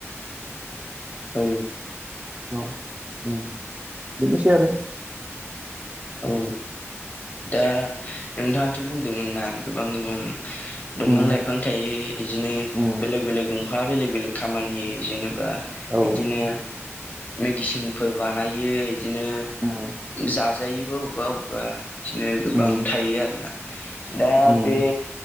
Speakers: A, on the left; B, on the right.
A: औ
B: औ ओम बेनोसै आरो
A: औ दा नोंथाङाथ' बुंदोंमोन ना गोबां ओम दंफां
B: उम
A: लाइफां थायो इदिनो
B: उम
A: बेलेक बेलेक दं फाङा बेलेग बेलेग खामानि जेनेबा
B: औ
A: इदिनो मेडिसिनफोर बानायो इदिनो
B: ओम
A: जाजायोबो अबेबा अबेबा बिदिनो गोबां
B: उम
A: थायो आरोना दा
B: उम
A: बे